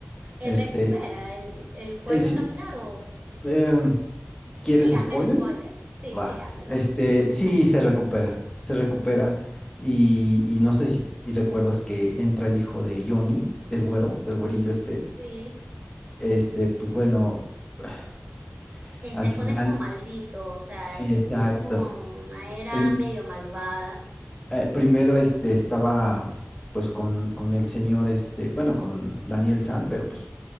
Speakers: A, on the right (about 35°); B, on the left (about 15°).
A: Él
B: Este,
A: recupera, él, él vuelve
B: Eh, sí,
A: a caminar o
B: em, ¿quieres
A: sí, hazme
B: spoiler?
A: el spoiler. Sí,
B: Va.
A: sí, házmelo,
B: Este,
A: házmelo. <laughs>
B: sí, se recupera, se recupera. Y, y no sé si recuerdas que entra el hijo de Johnny, del güero, del güerillo este.
A: Sí.
B: Este, pues bueno, <sighs>
A: Él
B: al
A: se
B: final,
A: pone como maldito, o sea,
B: sí,
A: él se
B: exacto.
A: pone como una era
B: Prim-
A: medio malvada.
B: eh, primero este estaba pues con, con el señor, este, bueno, con Daniel San, pero pues